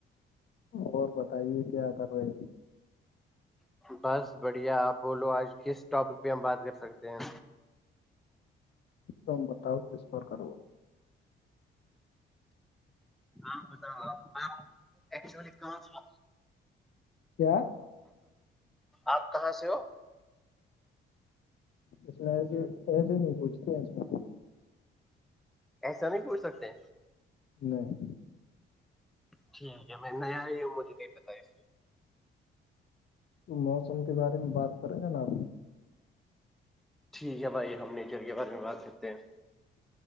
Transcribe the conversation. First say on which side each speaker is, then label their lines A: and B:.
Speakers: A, on the left; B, in the centre.
A: اور بتائیے کیا کر رہے ہیں
B: بس بڑھیا آپ بولو آج کس ٹاپک پہ ہم بات کر سکتے ہیں
A: تبت تس بار کرروا
B: ہاں بتاؤ آپ آپ ایکچولی کہاں تھا
A: کیا
B: آپ کہاں سے ہو
A: اس میں ایسے ایسے نہیں پوچھتے ہیں اس میں
B: ایسا نہیں ٹوٹ سکتے
A: نہیں
B: ٹھیک ہے میں نیا ہی ہوں مجھے نہیں بتایا
A: موسم کے بارے میں بات کریں ج ناب
B: ٹھیک ہے بھائی ہم نےچھر کے بعد میں بات کرتے ہیں